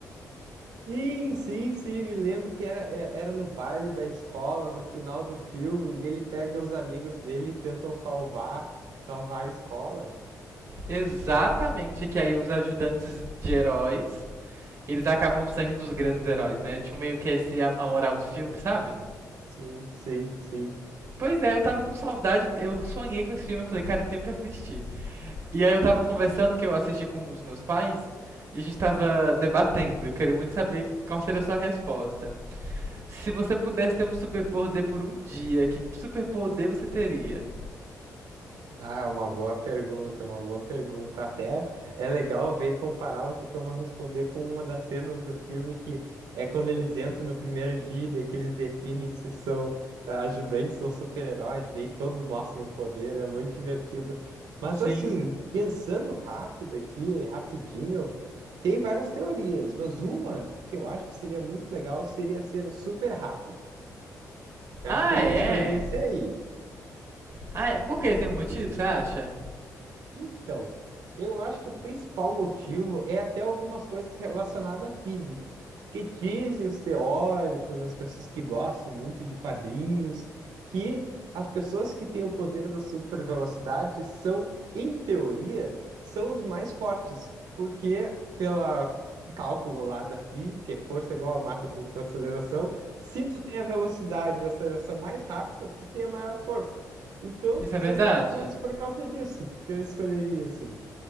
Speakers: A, on the right; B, on the right.
A: Sim, sim, sim, me lembro que era, era era no baile da escola, no final do filme, e daí ele pega os amigos dele e tentam salvar, salvar a escola.
B: Exatamente, que aí os ajudantes de heróis, eles acabam sendo os grandes heróis, né? Tipo, meio que esse a, a moral do filme, sabe?
A: Sim, sim, sim.
B: Pois é, eu tava com saudade, eu sonhei com esse filme, eu falei, cara, eu tenho que assistir. E aí eu tava conversando que eu assisti com os meus pais e a gente tava debatendo. Eu queria muito saber qual seria a sua resposta. Se você pudesse ter um superpoder por um dia, que superpoder você teria?
A: Ah, é uma boa pergunta, uma boa pergunta. Até é legal ver e comparar o que que eu vou responder com uma das cenas do filme, que é quando eles entram no primeiro dia, e daí que eles definem se são ah, ajudantes ou super-heróis, daí todos mostram o poder, é muito divertido. Mas
B: Sim.
A: assim, pensando rápido aqui, rapidinho, tem várias teorias, mas uma que eu acho que seria muito legal seria ser super rápido. Eu
B: Ah,
A: acho que eu
B: é?
A: ia escolher esse aí.
B: Ah, é. Por que tem um motivo, você acha?
A: Então, eu acho que o principal motivo é até algumas coisas relacionadas à física. Que dizem os teóricos, as pessoas que gostam muito de quadrinhos, que as pessoas que têm o poder da supervelocidade são, em teoria, são os mais fortes, porque pela cálculo lá da física, é força igual a massa vezes aceleração, se tu tem a velocidade e a aceleração mais rápida, tu tem a maior força. Então,
B: Isso
A: seria
B: é verdade?
A: mais ou menos por causa disso que eu escolheria, assim.